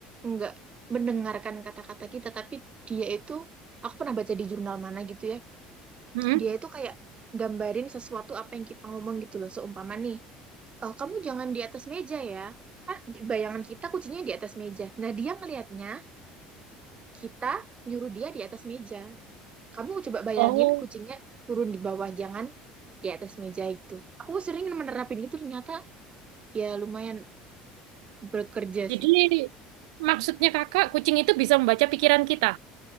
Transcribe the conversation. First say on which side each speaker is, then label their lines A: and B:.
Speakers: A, on the right; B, on the right.
A: nggak mendengarkan kata-kata kita, tapi dia itu aku pernah baca di jurnal mana gitu ya.
B: Mm-mm.
A: Dia itu kayak gambarin sesuatu apa yang kita ngomong gitu loh. Seumpama nih Oh, kamu jangan di atas meja ya. Kan di- bayangan kita kucingnya di atas meja. Nah, dia ngelihatnya kita nyuruh dia di atas meja. Kamu coba bayangin
B: oh
A: kucingnya turun di bawah, jangan di atas meja itu. Aku sering menerapin itu ternyata ya lumayan bekerja sih.
B: Jadi maksudnya kakak kucing itu bisa membaca pikiran kita.